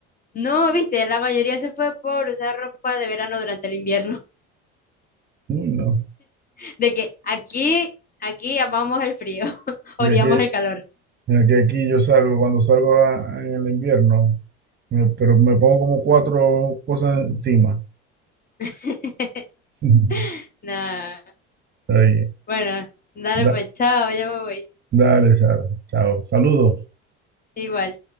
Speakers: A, on the left (about 30°); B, on the right (about 35°).
A: No, viste, la mayoría se fue por usar ropa de verano durante el invierno.
B: Uy, no.
A: <laughs> De que aquí, aquí amamos el frío, <laughs>
B: Mira
A: odiamos
B: que,
A: el calor.
B: mira que aquí yo salgo, cuando salgo a- en el invierno, me- pero me pongo como cuatro cosas encima.
A: <laughs>
B: <laughs>
A: Nah.
B: Está bien.
A: Bueno, dale
B: Da-
A: pues, chao, ya me voy.
B: dale, Sara. Chao. Saludos.
A: Igual.